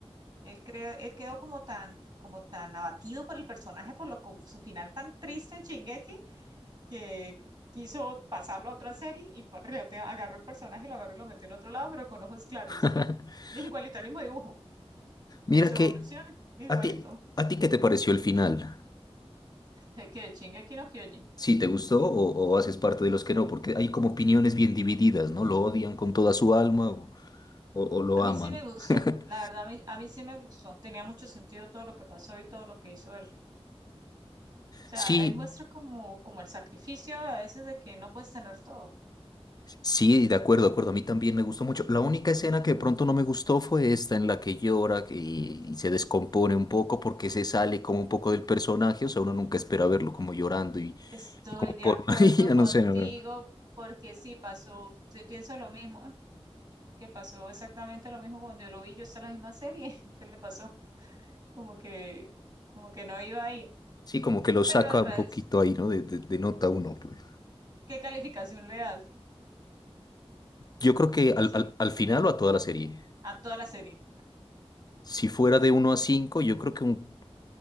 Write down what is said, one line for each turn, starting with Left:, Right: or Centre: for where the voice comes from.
Right: Él, cre- él quedó como tan, como tan abatido por el personaje, por lo, co- su final tan triste en Shingeki, que quiso pasarlo a otra serie y pa- reate- agarró el personaje, lo agarró y lo metió en otro lado, pero con ojos claros.
Left: <laughs>
Right: Es igualito, el mismo dibujo,
Left: Mira
Right: en su evolución,
Left: que,
Right: igualito.
Left: ¿a ti, a ti qué te pareció el final?
Right: De qué Shingeki no Kyojin.
Left: ¿Sí te gustó o, o haces parte de los que no? Porque hay como opiniones bien divididas, ¿no? ¿Lo odian con toda su alma o, o- o lo
Right: A mí
Left: aman?
Right: sí me gustó,
Left: <laughs>
Right: la verdad, a mí, a mí sí me gustó. Tenía mucho sentido todo lo que pasó y todo lo que hizo él. O sea,
Left: Sí,
Right: ahí muestra como, como el sacrificio a veces de que no puedes tener todo.
Left: Sí, de acuerdo, de acuerdo. A mí también me gustó mucho. La única escena que de pronto no me gustó fue esta en la que llora que- y, y se descompone un poco porque se sale como un poco del personaje. O sea, uno nunca espera verlo como llorando y,
Right: Estoy
Left: y como
Right: de
Left: por
Right: acuerdo
Left: una <laughs> niña,
Right: contigo
Left: no sé, no, no.
Right: porque sí pasó, sí pienso lo mismo, ¿eh? que pasó exactamente lo mismo cuando yo lo vi, yo está la misma serie, <laughs> ¿qué le pasó? Como que, como que no iba ahí.
Left: Sí, como que lo saca
Right: Pero el resto,
Left: un poquito ahí, ¿no? De, de- de nota uno, pues.
Right: ¿qué calificación le das
Left: Yo creo que al,
Right: así
Left: al, al final o a toda la serie,
Right: a toda la serie?
Left: si fuera de uno a 5, yo creo que un